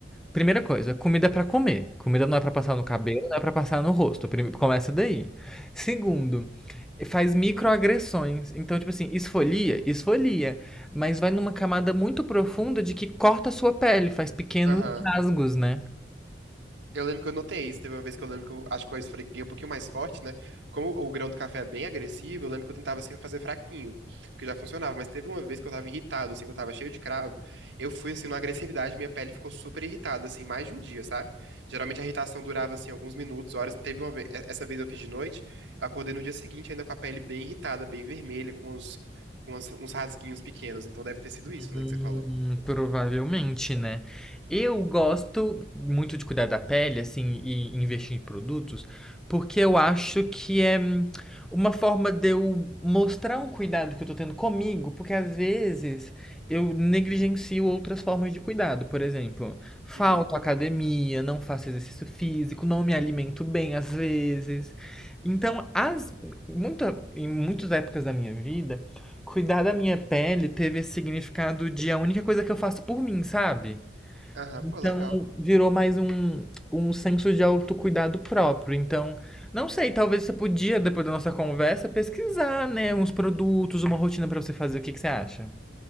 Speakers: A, in the centre; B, on the right.
A: primeira coisa, comida é pra comer. Comida não é pra passar no cabelo, não é pra passar no rosto. Prime- Começa daí. Segundo, faz microagressões. Então, tipo assim, esfolia, esfolia, mas vai numa camada muito profunda de que corta a sua pele, faz pequenos
B: Aham.
A: rasgos, né?
B: Eu lembro que eu notei isso. Teve uma vez que eu lembro que eu acho que eu esfreguei um pouquinho mais forte, né? Como o grão do café é bem agressivo, eu lembro que eu tentava sempre fazer fraquinho, porque já funcionava. Mas teve uma vez que eu tava irritado, assim, que eu tava cheio de cravo. Eu fui, assim, numa agressividade, minha pele ficou super irritada, assim, mais de um dia, sabe? Geralmente a irritação durava, assim, alguns minutos, horas. Teve uma vez, essa vez eu fiz de noite, eu acordei no dia seguinte ainda com a pele bem irritada, bem vermelha, com uns, com uns uns rasguinhos pequenos. Então deve ter sido isso,
A: Hum,
B: né, que você falou.
A: provavelmente, né? Eu gosto muito de cuidar da pele, assim, e investir em produtos, porque eu acho que é hum, uma forma de eu mostrar um cuidado que eu tô tendo comigo, porque às vezes eu negligencio outras formas de cuidado. Por exemplo, falto
B: Uhum.
A: à academia, não faço exercício físico, não me alimento bem às vezes. Então, as, muita, em muitas épocas da minha vida, cuidar da minha pele teve esse significado de a única coisa que eu faço por mim, sabe?
B: Aham,
A: Então
B: pô, legal.
A: virou mais um, um senso de autocuidado próprio. Então, não sei, talvez você podia, depois da nossa conversa, pesquisar, né, uns produtos, uma rotina pra você fazer. O que que você acha?